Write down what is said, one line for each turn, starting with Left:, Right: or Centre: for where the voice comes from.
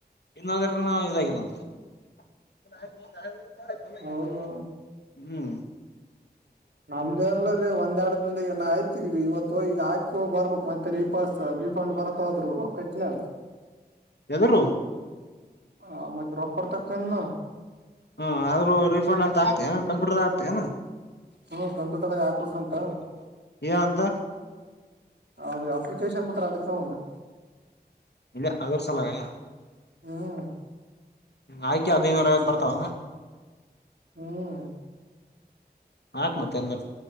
Left: ಇನ್ನಾದ್ರೂ ನು ಇದಾಗಿಲ್ಲಂತೆ
Right: ಹ್ಮ್
Left: <unintelligible>
Right: ಹೌದು
Left: ಹ್ಮ್
Right: ನಮ್ದನ್ ರೀ ಒಂದ್ ಎರಡ್ ದಂದೆ ಆಯ್ತು. ರೀ ಇವತ್ತು ಹೋಗಿ ಈಗ ಆಯ್ಕೋ ಬರ್ಬಬೇಕ್ ಮತ್ತೆ ರೀಪಸ್ ರಿಫಂಡ್ ಬರ್ತದ್ರು ಕಟ್ಟಿನ. <unintelligible>
Left: ಎದರವ
Right: ಆ ಮತ್ತತ್ ರೊಕ್ಕಡ್ತಕನ್
Left: ಹಾ ಆದ್ರೂ ರಿಫಂಡ್ ಅಂತ ಹಾಕ್ತಿಯ ಕಂಪ್ಯೂಟರ್ದಾಗ ಹಾಕ್ತಿಯ ಏನ್
Right: ಹ್ಮ ಕಂಪ್ಯೂಟರ್ದಾಗ ಹಾಕ್ಬೇಕಂತ
Left: <unintelligible> ಏನ್ ಅಂತ
Right: ಅದು ಅಪ್ಲಿಕೇಶನ್ ಬಿಟ್ರ ಅದಕ್ಕೆ ಒಂದು
Left: ಇಲ್ಲ ಅದರ್ ಸಲಾಗ
Right: ಹ್ಮ್
Left: ಆಯ್ಕಿ ಹದೈನೂರ ಐವತ್ತು ಬರ್ತಾವನಾ
Right: ಹ್ಮ್
Left: ಹಾಕ್ ಮತ್ತೆ ಎಂದರು